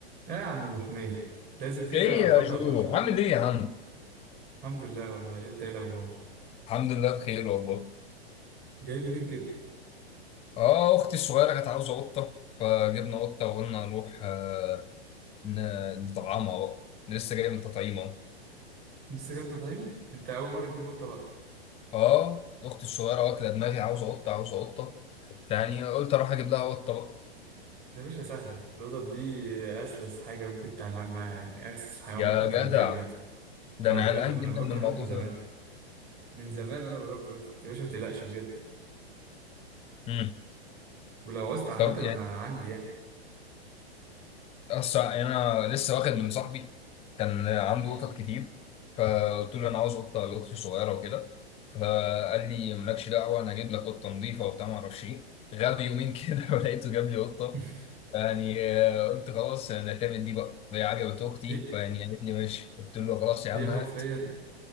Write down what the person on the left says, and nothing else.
ايه يا
جو
عامل ايه يا عم
الحمد لله بخير والله
اه اختي الصغيره كانت عاوزه قطه فجبنا قطه وقلنا نروح آه، ن- نطعمها بقى لسه جاي من تطعيم اهو
اه اختي الصغيره واكله دماغي عاوزه قطه عاوزه قطه فيعني قلت اروح اجيب لها قطه بقى
يا
جدع
ده
انا قلقان
جدا
من الموضوع
ده
امم
طب
أصل أنا لسه واخد من صاحبي كان عنده
قطط كتير فقلت له أنا عاوز قطة لأختي صغيرة وكده فقال لي مالكش دعوة أنا هجيب لك قطة نظيفة وبتاع معرفش إيه غاب يومين كده <laughs> ولقيته جاب لي قطة
يعني آه، قلت خلاص أنا هتعمل دي بقى هي عجبت أختي
فيعني قالت لي ماشي قلت له خلاص يا
عم
هات